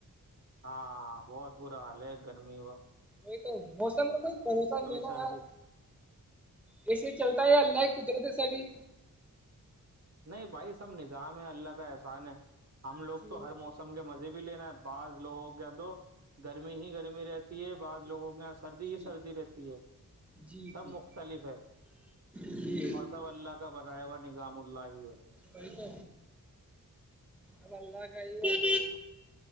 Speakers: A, on the right; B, in the centre.
A: ہاں بہت برا حال ہے گرمی وہ
B: وہ تو موسم میں کوئی بھروسہ نہیں نا
A: سردی
B: ار ایسے چلتا ہے یا اللہ قدرت چبھی
A: نہیں بھائی سب نظام ہے اللہ کا احسان ہے ہم لوگ
B: جی
A: تو ہر موسم کے مزے بھی لینا ہے بعض لوگوں کے ان تو گرمی ہی گرمی رہتی ہے بعض لوگوں کو ہ سردی
B: جی
A: ہی سردی رہتی ہے
B: جی
A: سب
B: جی
A: مختلف ہے
B: جی
A: اور سب اللہ کا بناائے ہوا نظام اللہ ہی ہے
B: وہ تو اب اللہ خ